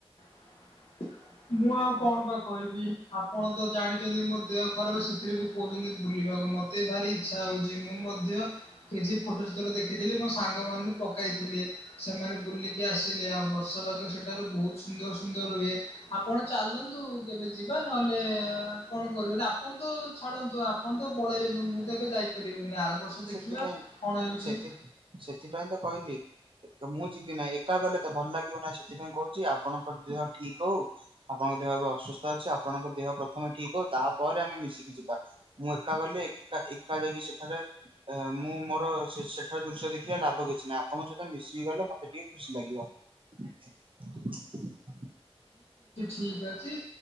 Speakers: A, on the left; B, on the right.
A: <inaudible> ମୁଁ ଆଉ କଣ ବା କହିବି ଆପଣ ତ ଜାଣିଚନ୍ତି ମୋ ଦେହ ଖରାପ ସେଥିରେ ବି କହୁଛନ୍ତି ବୁଲିବାକୁ ମତେ ଭାରି ଇଛା ହଉଚି ମୁଁ ମଧ୍ୟ କିଛି ଫୋଟୋସେତଳେ ଦେଖିଥିଲି ମୋ ସାଙ୍ଗମାନେ ପକାଇଥିଲେ ସେମାନେ ବୁଲିକି ଆସିଲେ ଆଉ ବର୍ଷା ପାଗରେ ସେଠି ଠାରୁ ବହୁତ୍ ସୁନ୍ଦର ସୁନ୍ଦର ରୁହେ। ଆପଣ ଚାଲନ୍ତୁ କେବେ ଯିବା ନହେଲେ କଣ କରିବେ ଆପଣ ତ ଛାଡ଼ନ୍ତୁ ଆପଣ ତ ପଳେଇବି ମୁଁ କେବେ ଯାଇପାରିବିନି ଆର ବର୍ଷ
B: ସେଥିପାଇଁ
A: ଦେଖିବା କଣ ହେଉଛି।
B: ସେଥି ସେଥିପାଇଁ ତ କହିଲି ମୁଁ ଯିବି ନାହିଁ ଏକା ଗଲେ ତ ଭଲ ଲାଗିବ ନାହିଁ ସେଥିପାଇଁ କହୁଛି ଆପଣଙ୍କ ଦେହ ଠିକ ହଉ ଆପଣଙ୍କ ଦେହ ଅସୁସ୍ଥ ଅଛି ଆପଣଙ୍କ ଦେହ ପ୍ରଥମେ ଠିକ ହଉ ତାପରେ ଆମେ ମିଶିକି ଯିବା ମୁଁ ଏକା ଗଲେ ଏକା ଏକା ଯାଇକି ସେଠାରେ ମୁଁ ମୋର ଶିଷ୍ୟ ସେଠାରୁ ଦୃଶ୍ୟ ଦେଖିଲ ଲାଭ କିଛି ନାହିଁ ଆପଣଙ୍କ ସହିତ ମିଶିକି ଗଲେ ମତେ ଟିକେ ଖୁସି ଲାଗିବ। <inaudible>
A: ଠିକ ଅଛି